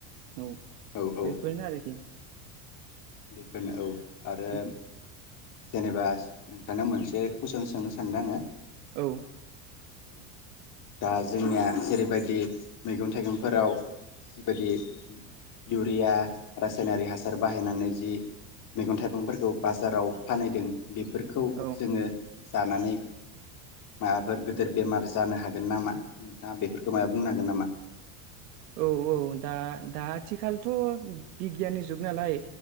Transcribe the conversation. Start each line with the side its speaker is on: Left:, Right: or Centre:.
Right: औ
Left: औ औ
Right: बेफोरनो आरोकि।
Left: बेफोरनो औ आरो
Right: उम
Left: जेनेबा नोंथांनाव मोनसे। बे कुइसन सोंनो सानदो आङो।
Right: औ
Left: दा जोंनिया जेरैबायदि मैगं थाइगंफोराव जिबायदि इउरिया रासायनारि हासार बाहायनानै दि मैगं थाइगंफोरखौ बाजाराव फानहैदों। बेफोरखौ
Right: औ
Left: जोङो। जानानै माबाफोर गोदोर बेमार जानो हागोन नामा नोंथाङा बेफोरखौ मायबा बुंनो हागोन नामा?
Right: औ औ दा दा आथिखालथ' बिगियाननि जुग नालाय।